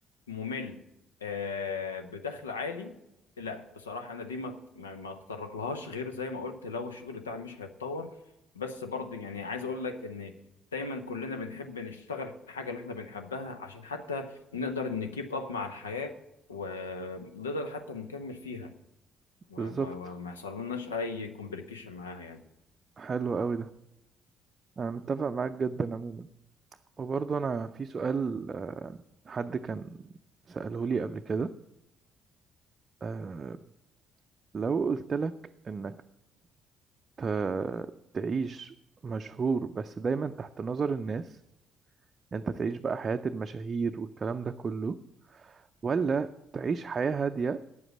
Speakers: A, on the left; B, on the right.
A: ممل آه بدخل عالي لا بصراحة أنا دي ما ما ما أتطرقلهاش غير زي ما قلت لو الشغل بتاعي مش هيتطور بس برضه يعني عايز أقول لك إن دايما كلنا بنحب نشتغل الحاجة اللي إحنا بنحبها عشان حتى نقدر نكيب أب مع الحياة ونقدر حتى نكمل فيها و-
B: بالظبط
A: و- وما يحصل لناش أي كومبليكيشن معاها يعني
B: حلو قوي ده انا متفق معاك جدا عموما وبرضه انا في سؤال آه، حد كان سأله لي قبل كده آه، لو قلت لك انك ت- تعيش مشهور بس دايما تحت نظر الناس انت تعيش بقى حياة المشاهير والكلام ده كله ولا تعيش حياة هادية